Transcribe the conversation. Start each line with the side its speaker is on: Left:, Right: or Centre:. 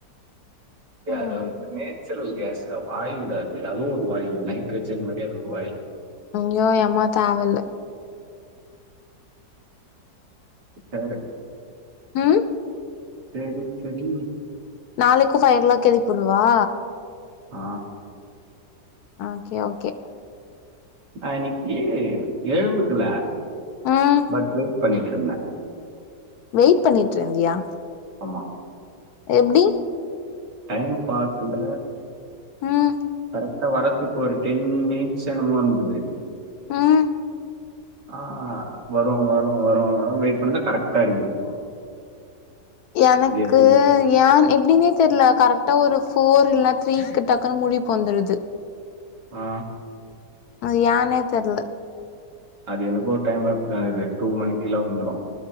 Right: ஏ
Left: ம்
Right: அது வந்து நேச்சுரல் கேஸ்ரா வாயுடா அது அதுவு ஒரு வாயுவு நைட்ரஜன் மாறி அது ஒரு வாயி
Left: ஐய்யோ எம்மா தேவல்ல
Right: யாரு
Left: ம்
Right: சேரி சரி
Left: நாளைக்கு ஃபைவ் ஓ கிளாக் எழுப்புடவா
Right: ஆ
Left: ஓக்கே ஓக்கே
Right: நா இன்னைக்கி எழுந்துக்குல
Left: ம்
Right: பட் வெயிட் பண்ணிட்டு இருந்த
Left: வெயிட் பண்ணிட்டு இருந்தியா
Right: ஆமா
Left: எப்டி
Right: டைம் பாசுல
Left: ம்
Right: கரெக் வரத்துக்கு ஒரு டென் மினிட்ஸ் என்னமோ இருந்தது
Left: ம்
Right: ஆ வரும் வரும் வரும் வருன்னு வெயிட் பண்ணிட்டு இருந்தே கரெக்டா அடிக்குது
Left: எனக்கு
Right: அது எப்படின்னு
Left: ஏன் எப்டின்னே தெர்ல கரெக்டா ஒரு ஃபோர் இல்லனா த்ரீக்கு டக்குன்னு முழிப்பு வந்துடுது
Right: ஆ
Left: அது ஏயான்னே தெர்ல
Right: அது எனக்கும் ஒரு டைம் அப்பிடி தா ஆகுது டூ மணி எல்லா வந்துரும்